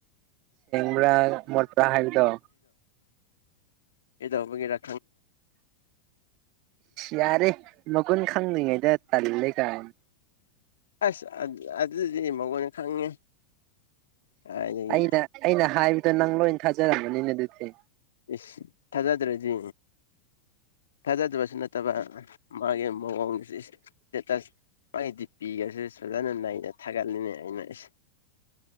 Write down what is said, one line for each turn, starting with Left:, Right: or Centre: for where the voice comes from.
Right: ꯃꯣꯔ ꯄꯍꯔꯗ
Left: ꯑꯦꯗ ꯍꯕꯒꯤ ꯔ
Right: ꯌꯥꯔꯦ ꯃꯒꯣꯟ ꯈꯪꯅꯤꯡꯉꯥꯏꯗ ꯇꯂ ꯀꯥꯏꯟ
Left: ꯑꯁ ꯑꯗꯨꯗꯤ ꯃꯒꯣꯏꯅ ꯈꯪꯉꯦ ꯀꯥꯏꯗꯒꯤ
Right: ꯑꯩꯅ ꯑꯩꯅ ꯍꯥꯏꯕ ꯇꯪ ꯣ ꯏ ꯊꯥꯖꯔꯅꯤꯅꯦꯗꯤꯦ
Left: ꯏꯁ ꯊꯥꯖꯗ꯭ꯔꯗꯤ ꯊꯥꯖꯗꯕꯁꯨ ꯅꯠꯇꯕ ꯃꯥꯒꯤ ꯃꯑꯣꯡ ꯏꯁꯇꯦ ꯃꯥꯒꯤ ꯄꯤꯒꯁꯦ ꯐꯖꯅ ꯅꯅ ꯊꯥꯒꯠꯂꯤꯅꯦ ꯑꯩꯅꯁ